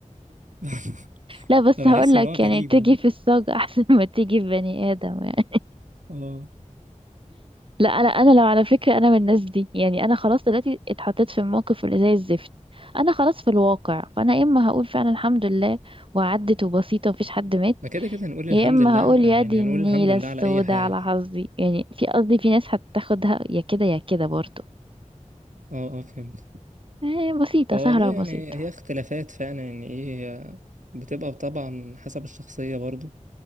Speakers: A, on the right; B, on the right.
A: <laughs>
B: لا بس
A: فبحس
B: هقول لك
A: ان هو غريب
B: يعني تيجي
A: يعني
B: في الصاج <laughs> احسن ما تيجي في بني ادم يعني.
A: اه
B: لا انا انا لو على فكره انا من الناس دي يعني انا خلاص دلوقتي اتحطيت في الموقف اللي زي الزفت انا خلاص في الواقع فانا يا اما هقول فعلا الحمد لله وعدت وبسيطه ومفيش حد مات
A: ما كده كده هنقول الحمد
B: يا اما
A: لله
B: هقول
A: يعني
B: يا دي
A: هنقول
B: النيله
A: الحمد لله
B: السوداء
A: على اي حال
B: على حظي يعني في قصدي في ناس هتاخدها يا كده يا كده برضه
A: اه اه فهمت
B: آه، بسيطه
A: هو
B: سهله
A: والله يعني
B: وبسيطه
A: هي اختلافات فعلا يعني ايه بتبقى طبعا حسب الشخصية برضو